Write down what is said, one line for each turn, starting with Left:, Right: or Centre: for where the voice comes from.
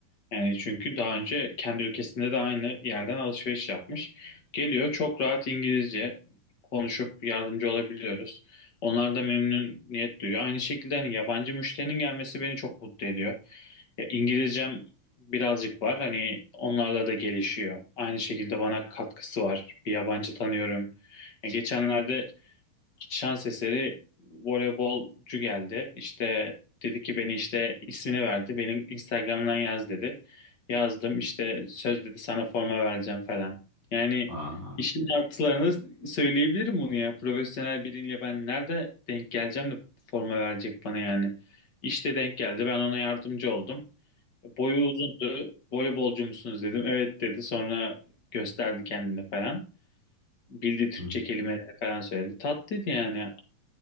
Left: Yani çünkü daha önce kendi ülkesinde de aynı yerden alışveriş yapmış. Geliyor çok rahat İngilizce konuşup yardımcı olabiliyoruz. Onlar da memnuniyet duyuyor. Aynı şekilde hani yabancı müşterinin gelmesi beni çok mutlu ediyor. Ya İngilizcem birazcık var. Hani onlarla da gelişiyor. Aynı şekilde bana katkısı var. Bir yabancı tanıyorum. Ya geçenlerde şans eseri voleybolcu geldi. İşte dedi ki beni işte ismini verdi. Benim Instagram'dan yaz dedi. Yazdım işte söz dedi sana forma vereceğim falan. Yani
Right: Aha.
Left: işin artılarını söyleyebilirim bunu ya. Profesyonel biriyle ben nerede denk geleceğim de forma verecek bana yani. İşte denk geldi. Ben ona yardımcı oldum. Boyu uzundu. Voleybolcu musunuz dedim. Evet dedi. Sonra gösterdi kendini falan. Bildiği Türkçe
Right: <laughs> Hı.
Left: kelimeleri falan söyledi. Tatlıydı yani